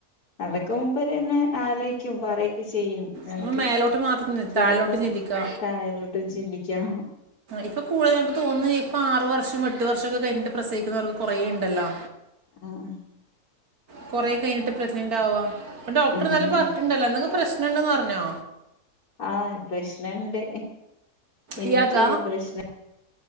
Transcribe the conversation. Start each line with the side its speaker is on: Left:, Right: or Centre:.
Left: അതൊക്കെ മുമ്പരെന്നെ ആലോയ്ക്കും പറയൊക്കെ ചെയ്യും നമുക്ക്
Right: നമ്മൾ മേലോട്ട് മാത്രം ചിന്തി-
Left: ചെലപ്പോ
Right: താഴോട്ട് ചിന്തിക്കുക
Left: തായിലോട്ട് ചിന്തിക്കാം
Right: ഇപ്പ കൂടുതൽ ഞങ്ങക്ക് തോന്ന ഇപ്പോ ആറു വർഷം എട്ട് വർഷംക്കെ കഴിഞ്ഞട്ട് പ്രസവിക്കുന്നവർക്ക് കൊറേ ണ്ടല്ലോ
Left: ആഹ്
Right: കൊറെ കഴിഞ്ഞട്ട് പ്രഗ്നന്റ് ആവ അപ്പ ഡോക്ടർ
Left: ഉം
Right: നല്ല പറഞ്ഞിട്ടണ്ടല്ലോ ന്തെങ്ങ് പ്രശ്നംണ്ടെന്ന് പറഞ്ഞോ
Left: ആഹ് പ്രശ്നണ്ട് എനിക്ക്
Right: ഇയാക്ക
Left: പ്രശ്നം